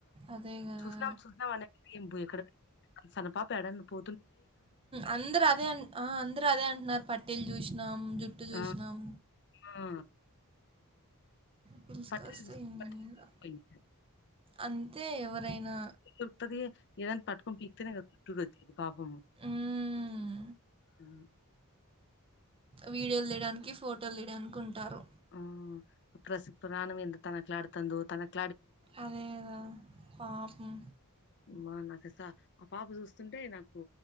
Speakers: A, on the right; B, on the left.
A: అదే కదా
B: చూసినాం చూసినాం అ ఏం ఇక్కడ సన పాప ఎడన పో
A: అందరు అదే అ ఆ అందరు అదే అంటున్నారు పట్టీలు జూసినాం జుట్టు జూసినాం
B: ఆ ఆ
A: పిలుచుకొస్తే
B: పట్టీల్
A: ఏం
B: పట్టీల్
A: లేదు. అంతే ఎవరైనా
B: రుతది ఏదన్ పట్కుం పికితేనే పాపం
A: మ్మ్.
B: ఉ
A: వీడియోలు తీయడానికి, ఫోటోలు తీయడానికి ఉంటారు.
B: ఆ ప్రసి ప్రాణవింద తనకులాడుతందు తనకు
A: అదేద పాపం
B: మనాకస ఆ పాప చూస్తుంటే నాకు